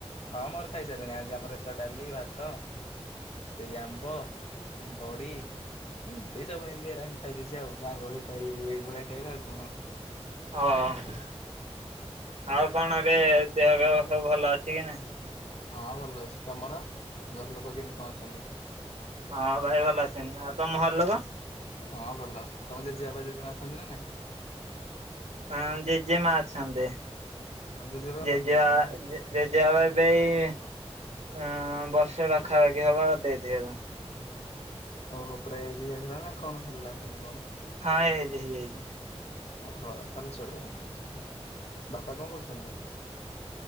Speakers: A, on the left (about 70°); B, on the right (about 80°).
A: ହଁ ମୋର ଖାଇ ସାରିଲିଣି ଆଜି ଆମର ଏଥିଲା ଡାଲି ଭାତ ସେଇ ଆମ୍ବ ବଡ଼ି ଏମିତି ସବୁ ଏମିତି ଏରା ଏମିତି ଖାଇଦେଇଛି ଆଉ ଗାଁ ଗହଳି ତ ଏଇ ଏଇଭଳିଆ ଖାଇବା ଆଉ କଣ।
B: ହଁ ଆଉ କଣ ଏବେ ଦେହ ବେହ ସବୁ ଭଲ ଅଛି କି ନାଇ?
A: ହଁ ଭଲ ଅଛି ତମର ଘର ଲୋକ କେମିତି କଣ ଅଛନ୍ତି?
B: ହଁ ଭାଇ ଭଲ ଅଛନ୍ତି ଆଉ ତମ ଘର ଲୋକ?
A: ହଁ ଭଲ ତମେ ଜେଜେବାଓ ପାଇଁ ଜେଜେମା ଅଛନ୍ତି ନା ନାଇଁ?
B: ହଁ ଜେଜେମା ଅଛନ୍ତି।
A: ଜେଜେବାପା
B: ଜେଜେବାପା
A: ମରିଗଲେଣି ନା
B: ଜେଜେବାପା ଏବେ ଏଇ ଆଁ ବର୍ଷେ ପାଖାପାଖି ହବ ଡେଥ୍ ହେଇଗଲା।
A: ଓହୋ ପୁରା ଏଜ୍ ହେଇ ଯାଇଥିଲା ନା କଣ ହେଲା କେବେ?
B: ହଁ ଏଜ୍ ହେଇଯାଇଛି।
A: ହଁ ଆଉ ତାହେଲେ ଚଳିବ ହେମିତି କିଛି କଥା ନାଇଁ। ବାପା କଣ କରୁଛନ୍ତି?